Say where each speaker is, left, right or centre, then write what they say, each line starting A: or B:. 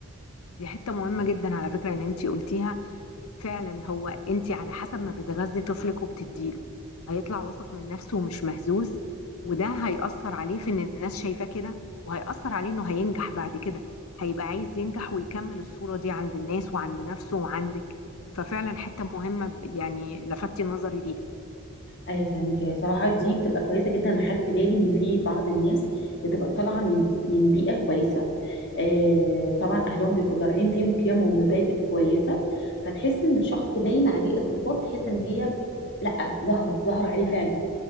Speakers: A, on the left (about 80°); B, on the left (about 50°).
A: دي حتة مهمة جدا على فكرة ان انتي قلتيها فعلا هو انتي على حسب ما بتغذي طفلك وبتديله هيطلع واثق من نفسه ومش مهزوز وده هيأثر عليه في ان الناس شايفاه كده وهيأثر عليه انه هينجح بعد كده هيبقى عايز ينجح ويكمل الصورة دي عند الناس وعند نفسه وعندك ففعلا حتة مهمة ب- يعني لفتي نظري ليها
B: ايوه فاهمك هي صراحه دي بتبقى كويسه جدا انا خدت بالي ان في بعض الناس بتبقى طالعه من من بيئه كويسه آه طبعا اهلهم بيبقوا زارعين فيهم قيم ومبادئ كويسه فتحس ان الشخص باين عليه الصفات تحس ان هي لا ظاهره ظاهره عليه فعلا